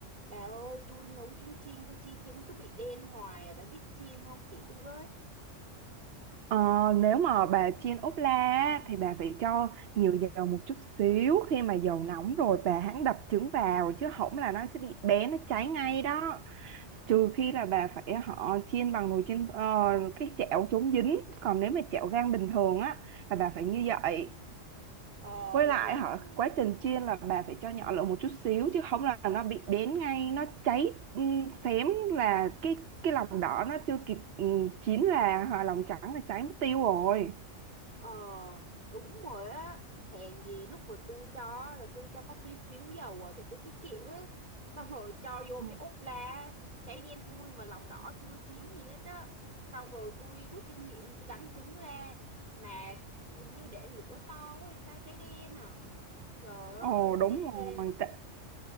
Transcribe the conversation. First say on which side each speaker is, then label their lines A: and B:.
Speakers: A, on the right; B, on the right.
A: Bà ơi, tôi nấu trứng chiên, tôi chiên trứng cứ bị đen hoài à, bà biết chiên không chị tôi với?
B: Ờ, nếu mà bà chiên ốp la á, thì bà phải cho nhiều dầu một chút xíu khi mà dầu nóng rồi bà hãng đập trứng vào chứ không là nó sẽ bị bé nó cháy ngay đó trừ khi là bà phải họ chiên bằng nồi chiên ờ, cái chảo chống dính còn nếu mà chảo gang bình thường á là bà phải như vậy
A: Ờ,
B: với lại
A: hèn
B: họ
A: gì?
B: quá trình chiên là bà phải cho nhỏ lửa một chút xíu chứ không là nó bị bén ngay nó cháy ừm, xém là cái cái lòng đỏ nó chưa kịp ừm, chín là hoặc lòng trắng là cháy mất tiêu rồi
A: Ờ, đúng rồi á, hèn gì lúc mà tôi cho á, là tôi cho có tí xíu dầu à, tại tôi tiết kiệm á. Xong rồi cho vô
B: Ừ.
A: cái ốp la, cháy đen thui mà lòng đỏ chưa chín gì hết á. Xong rồi tôi rút kinh nghiệm, tôi đánh trứng ra, mà hình như để lửa to quá hay sao cháy đen à. Trời ơi,
B: Ồ đúng
A: tiếc ghê,
B: rồi tại,